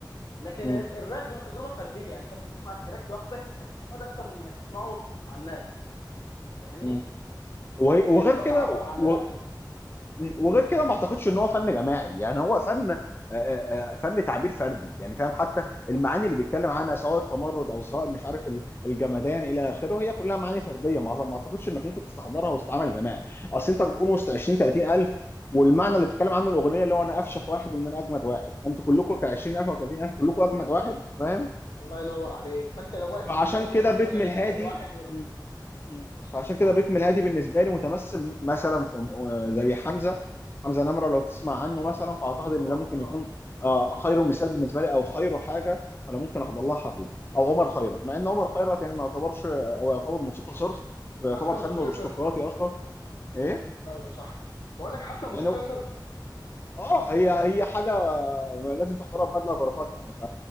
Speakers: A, on the left; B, on the left.
A: لكن
B: مم،
A: ال- الراب هو تجربه فرديه يعني انت لما تسمع التراك لوحدك هتستفاد اكتر من انك تسمعه مع الناس فاهمني
B: مم. وهي...
A: يعني فكره
B: وغير
A: ان هو
B: كده
A: بيعبر عننا
B: و...
A: وكده
B: وغير كده ما اعتقدش ان هو فن جماعي يعني هو فن آه، آه، آه، فن تعبير فردي يعني فاهم حتى
A: بالظبط
B: المعاني اللي بيتكلم عنها سواء التمرد او سواء مش عارف ال- الجمدان الى اخره هي كلها معاني فرديه ما ما اعتقدش انك ممكن تستحضرها وسط عمل جماعي اصل انت بتكون
A: بالظبط
B: وسط 20 30 الف والمعنى اللي بتتكلم عنه الاغنيه اللي هو انا افشخ واحد وان انا اجمد واحد فانتوا كلكم ك 20000 او 30000 كلكم اجمد واحد فاهم
A: الله ينور عليك فانت لو واقف
B: فعشان
A: مع الناس
B: كده
A: وهو عمال
B: بيتم
A: يقول انا
B: الهادي
A: اجمد واحد و...
B: مم.
A: مش هتحس
B: فعشان
A: بحاجه
B: كده الريتم الهادي بالنسبه لي متمثل مثلا في آه، زي حمزه حمزه نمره لو تسمع عنه مثلا فاعتقد
A: اه طبعا
B: ان ده ممكن
A: اه
B: يكون آه، خير مثال بالنسبه لي او خير حاجه انا ممكن احضر لها حفله او عمر خيرت مع ان عمر خيرت
A: مم.
B: يعني ما يعتبرش آه، هو يعتبر موسيقى صرف ويعتبر
A: حفله
B: فن
A: موسيقيه
B: ارستقراطي
A: صرف
B: اصلا ايه
A: ايوه صح بقول لك حفله موسيقيه
B: يعني
A: صرفه
B: اه هي هي حاجه لازم تحضرها ببدله وجرافات يعني ف